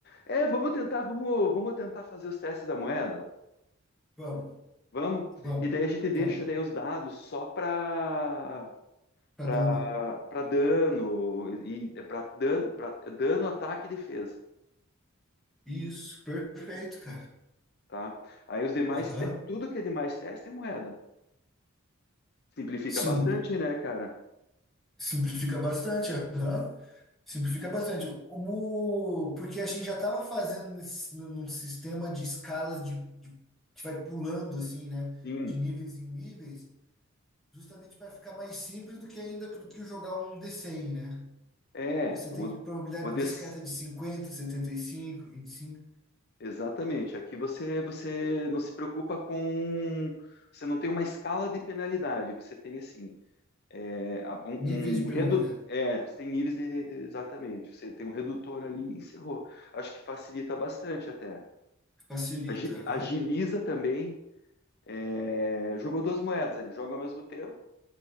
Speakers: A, on the left; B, in the centre.
A: é, vamos tentar, vamos, vamos tentar fazer os testes da moeda.
B: Vamos,
A: Vamos?
B: vamos,
A: E daí a gente deixa
B: vamos.
A: daí os dados só para
B: Tá
A: para
B: dando.
A: para dano e para dano, para dano, ataque e defesa,
B: Isso, perfeito, cara.
A: tá? Aí os demais,
B: Aham.
A: te- tudo que é demais teste é moeda. Simplifica
B: Sim,
A: bastante, né, cara?
B: simplifica bastante. Aham. Simplifica bastante. O, porque a gente já estava fazendo nesse, num num sistema de escalas de, de- que vai pulando assim, né?
A: Sim.
B: De níveis em níveis, justamente para ficar mais simples do que ainda do que jogar um D100, né?
A: É,
B: Porque você tem
A: o,
B: probabilidade
A: o, D
B: discreta
A: C
B: de cinquenta, setenta e cinco, vinte e cinco
A: Exatamente. Aqui você você não se preocupa com você não tem uma escala de penalidade. Você tem assim é, a- um,
B: níveis de
A: um
B: penalidade.
A: redu... é, você tem níveis de, de- exatamente. Você tem um redutor ali e encerrou. Acho que facilita bastante até.
B: Facilita,
A: Agi-
B: aham.
A: Agiliza também. é, jogou duas moedas ali, joga ao mesmo tempo.